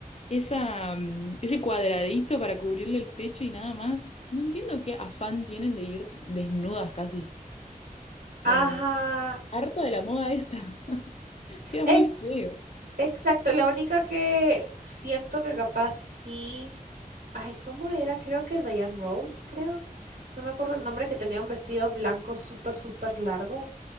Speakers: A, on the left (about 45°); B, on the right (about 75°).
A: esa, mm, ese cuadradito para cubrirle el pecho y nada más. No entiendo qué afán tienen de ir desnudas casi.
B: Ajá,
A: No, harto de la moda esa. <laughs> Queda
B: ex-
A: muy feo.
B: exacto, la única que siento que capaz sí, ay, ¿cómo era? Creo que Diane Rose, creo, no me acuerdo el nombre, que tenía un vestido blanco súper, súper largo.